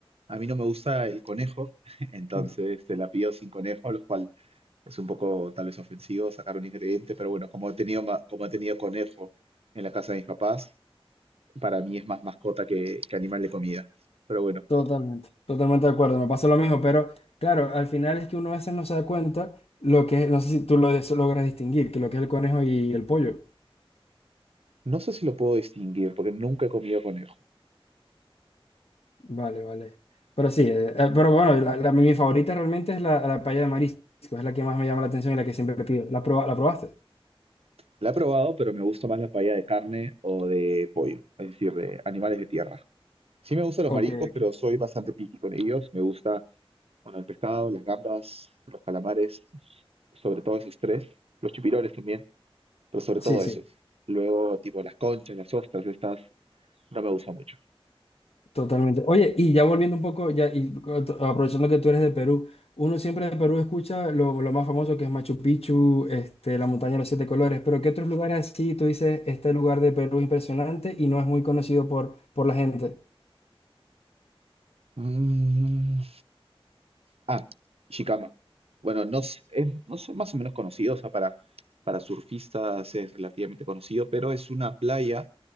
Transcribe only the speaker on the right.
a mí no me gusta el conejo, <laughs> entonces
se la pido sin conejo, lo cual Es un poco tal vez ofensivo sacar un ingrediente, pero bueno, como he tenido, ma- como he tenido conejo en la casa de mis papás, para mí es más mascota que, que animal de comida. Pero bueno,
no sé si lo puedo distinguir porque nunca he comido conejo.
La he probado, pero me gusta más la paella de carne o de pollo, es decir, de animales de tierra. Sí me gustan
los mariscos,
pero soy bastante picky con ellos. Me gusta, bueno, el pescado, las gambas, los calamares, sobre todo esos tres, los chupirones también, pero sobre
todo
esos. Luego, tipo, las conchas, las ostras, estas No me gusta mucho.
Mm, Ah, Shikama. Bueno, no, s- es- no son más o menos conocidos, o sea, para, para surfistas es relativamente conocido, pero es una playa